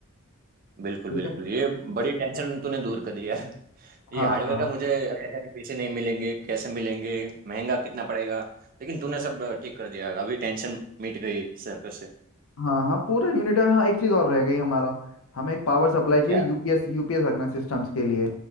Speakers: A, on the right; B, on the left.
A: बिल्कुल
B: ठीक
A: बिल्कुल
B: है
A: ये बड़ी टेंशन तूने दूर कर दी यार
B: हाँ
A: ये हार्डवेयर
B: हाँ
A: का मुझे ऐसा था कि पैसे नहीं मिलेंगे कैसे मिलेंगे महंगा कितना पड़ेगा लेकिन तूने सब ठीक कर दिया अभी टेंशन मिट गई सर पे से
B: हाँ हाँ पूरा यूनिट है हाँ एक चीज़ और रह गई हमारा हमें एक पावर सप्लाई चाहिए
A: क्या
B: यूपीएस यूपीएस रखना सिस्टम्स के लिए